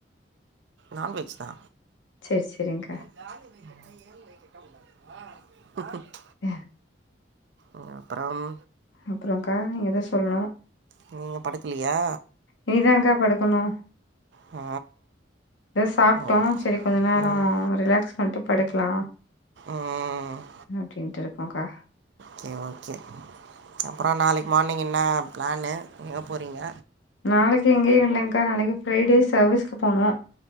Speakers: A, on the right; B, on the left.
A: நான்வெஜ் தா
B: செரி செரிங்க
A: <unintelligible>
B: <inaudible>
A: ம் அப்பறம்
B: அப்புறம்கா நீங்க தா சொல்லணு
A: நீங்க படுக்கலையா
B: இனிதாகா படுக்கணு
A: ஆ
B: இப்ப தா சாப்ட்டோ
A: ஓகே
B: சரி கொஞ்ச நேரம்
A: ம்
B: ரிலாக்ஸ் பண்ட்டு படுக்கலா
A: ம்
B: அப்டின்ட்டு இருக்கோகா
A: செரி ஓகே அப்புறோ நாளைக்கு மார்னிங் என்ன பிளானு எங்க போறீங்க
B: நாளைக்கு எங்கேயு இல்லங்க்கா நாளைக்கு ஃப்ரைடே சர்வீஸ்க்கு போணும்